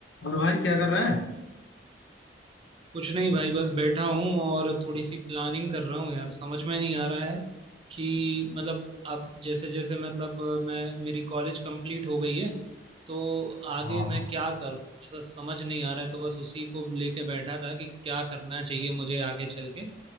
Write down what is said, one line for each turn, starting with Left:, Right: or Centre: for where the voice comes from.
Left: और भाई क्या कर रहे हैं
Right: कुछ नहीं भाई बस बैठा हूँ और थोड़ी सी प्लानिंग कर रहा हूँ यार समझ में नहीं आ रहा है कि मतलब अब जैसे जैसे मतलब अ, मैं मेरी कॉलेज कंप्लीट हो गई है तो आगे
Left: हाँ
Right: मैं क्या करूँ थोड़ा सा समझ नहीं आ रहा है तो बस उसी को लेके बैठा था कि क्या करना चाहिए मुझे आगे चल के